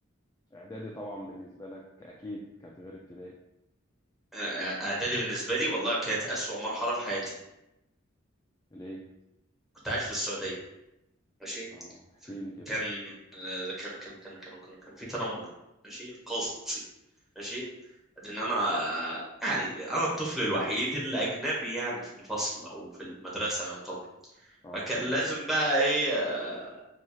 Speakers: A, on the left (about 15°); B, in the centre.
A: إعدادي طبعا بالنسبة لك أكيد كانت غير ابتدائي
B: آه، اعدادي بالنسبه لي والله كانت اسوأ مرحله في حياتي
A: ليه؟
B: كنت عايش في السعوديه ماشي
A: اه احكي لي كده
B: كان آه، كان كان كان كان كان, كان في تنمر ماشي قاسي ماشي لان انا آه، يعني انا الطفل الوحيد الاجنبي يعني في الفصل او في المدرسه يعتبر
A: اه
B: فكان
A: تمام
B: لازم بقى ايه آه،